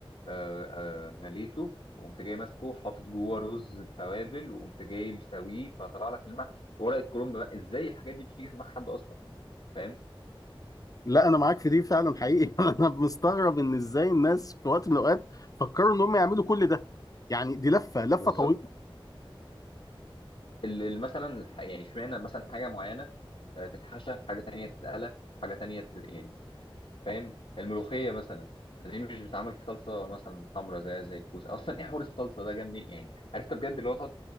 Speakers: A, on the left; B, on the left.
A: آه، آه، غليته وقمت جاي ماسكه حاطط جوه رز بتوابل وقمت جاي مسويه فطلع لك المحشي ورقه كرنب بقى ازاي الحاجات دي بتيجي في دماغ حد اصلا فاهم
B: لا انا معاك في دي فعلا حقيقي <laughs> انا مستغرب ان ازاي الناس في وقت من الاوقات فكروا ان هم يعملوا كل ده يعني دي لفه لفه
A: بالظبط
B: طويله
A: ال- ال- مثلا الح- يعني اشمعنى مثلا حاجه معينه آه، تتحشى حاجه تانية تتقلى حاجه تانية يعني فاهم الملوخيه مثلا ليه مش بتتعمل في صلصه مثلا حمرا زي زي الكوسه اصلا ايه حوار الصلصه ده جاب منين يعني يعني عرفت بجد اللي هو تقعد